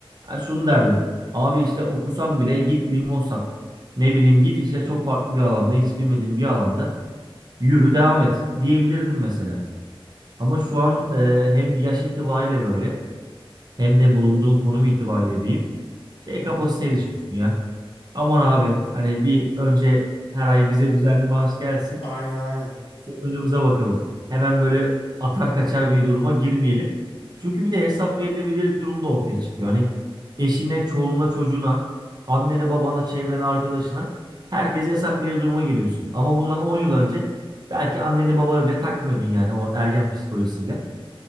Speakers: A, on the right (about 45°); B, on the left (about 65°).
A: ben şunu derdim. Abi işte okusam bile git limon sat. Ne bileyim git işte çok farklı bir alanda hiç bilmediğim bir alanda yürü devam et diyebilirdim mesela. Ama şu an e, hem yaş itibariyle böyle hem de bulunduğun konum itibariyle diyeyim şey
B: Hı
A: kafasına
B: hı.
A: erişiyorsun ya. Aman abi hani bir önce her ay bize düzenli maaş gelsin
B: Aynen aynen.
A: önümüze bakalım. Hemen böyle atar kaçar bir duruma girmeyelim. Çünkü bir de hesap verilebilirlik durumu da ortaya çıkıyor. Hani eşine, çoluğuna, çocuğuna, annene, babana, çevrene, arkadaşına herkese hesap verir duruma geliyorsun. Ama bundan 10 yıl önce belki anneni babana bile takmıyordun yani o ergen psikolojisiyle.